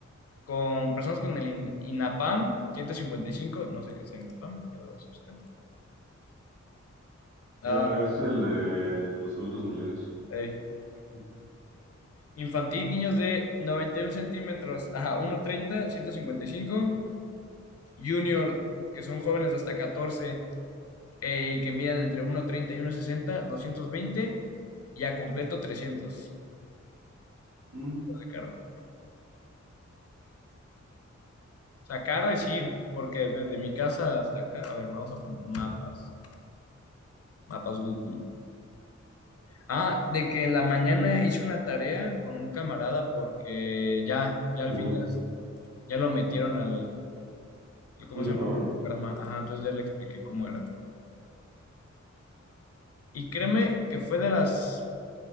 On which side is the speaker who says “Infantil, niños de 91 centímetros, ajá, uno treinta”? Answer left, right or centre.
Left